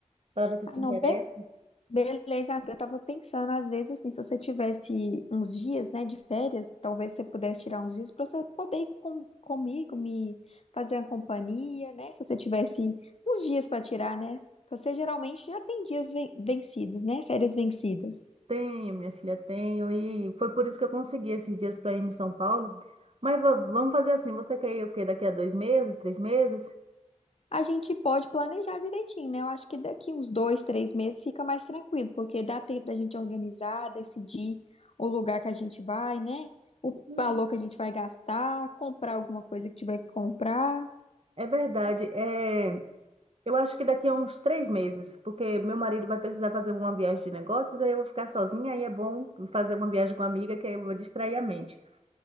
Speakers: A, on the right; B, on the left.
A: para ver se
B: Ah,
A: te
B: não,
A: interessa.
B: Beleza, amiga. Eu tava pensando, às vezes, assim, se você tivesse uns dias, né, de férias, talvez você pudesse tirar uns dias pra você poder ir com, comigo, me fazer a companhia, né? Se você tivesse uns dias pra tirar, né? Porque você geralmente já tem dias ven- vencidos, né? Férias vencidas.
A: Tenho, minha filha, tenho, e foi por isso que eu consegui esses dias para ir em São Paulo. Mas va- vamos fazer assim, você quer ir o quê? Daqui a dois meses, três meses?
B: A gente pode planejar direitinho, né? Eu acho que daqui uns dois, três meses fica mais tranquilo, porque dá tempo da gente organizar, decidir o lugar que a gente vai, né? O
A: Hum,
B: valor que a gente vai gastar, comprar alguma coisa que tiver que comprar.
A: É verdade, é... Eu acho que daqui a uns três meses, porque meu marido vai precisar fazer uma viagem de negócios, aí eu vou ficar sozinha, aí é bom fazer uma viagem com uma amiga, que aí eu vou distrair a mente.